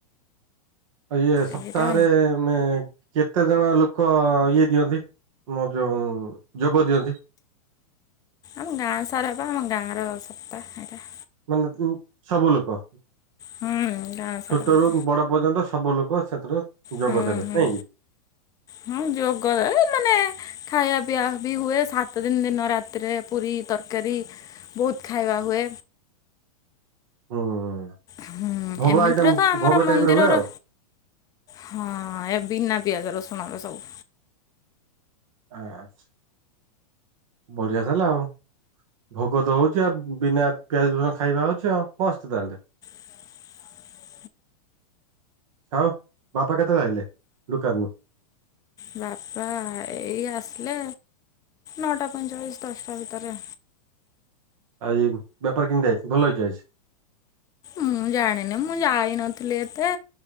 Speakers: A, on the right; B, on the left.
A: ଆ ଇଏ ସପ୍ତାହରେ
B: ଏଇଟା
A: ମାନେ କେତେ ଜଣ ଲୋକ ଇଏ ଦିଅନ୍ତି ମୋ ଯୋଉ ଯୋଗ ଦିଅନ୍ତି।
B: ଆମ ଗାଁ ସାରା ପା ଆମ ଗାଁର ସପ୍ତା ଏଟା।
A: ମାନେ କୁ ସବୁ ଲୋକ
B: ହୁଁ ଗାଁ ସାରା
A: ଛୋଟରୁୁ
B: ଲୋକ
A: ବଡ। ପର୍ଯ୍ୟନ୍ତ ସବୁ ଲୋକ ସେଥିରେ ଯୋଗ
B: ହୁଁ
A: ଦେବେ
B: ହୁଁ
A: ନାଇଁ କି
B: ହଁ ଯୋଗଦେବେ ମାନେ ଖାଇବା ପିଇବା ବି ହୁଏ ସାତ ଦିନ ଦିନ ରାତିରେ ପୁରୀ ତରକାରୀ। ବହୁତ ଖାଇବା ହୁଏ
A: ହୁଁ
B: ହୁଁ
A: ଭୋଗ
B: ଏମିତିରେ
A: ଆଇଟମ
B: ତ ଆମର
A: ଭୋଗ
B: ମନ୍ଦିରର
A: ଟାଇପ ର ହୁଏ ଆଉ।
B: ହଁ ଏ ବିନା ପିଆଜ ରସୁଣର ସବୁ
A: ଆଛ ବଢିଆ ତାହେଲେ ଆଉ ଭୋଗ ଦଉଚି ଆଉ ବିନା ପିଆଜର ଖାଇବା ହଉଚି ଆଉ ମସ୍ତ ତାହେଲେ
B: <inaudible> <inaudible>
A: ଆଉ ବାପା କେତେବେଳେ ଆଇଲେ ଦୁକାନରୁୁ
B: ବାପା ଏଇ ଆସିଲେ ନଅଟା ପଇଁଚାଳିଶ ଦଶଟା ଭିତରେ
A: ଆଜି ବେପାର କେମିତି ଆଇଛି ଭଲ ହେଇଛି ଆଜି।
B: ମୁଁ ଜାଣିନି ମୁଁ ଯାଇ ନଥିଲି ଏତେ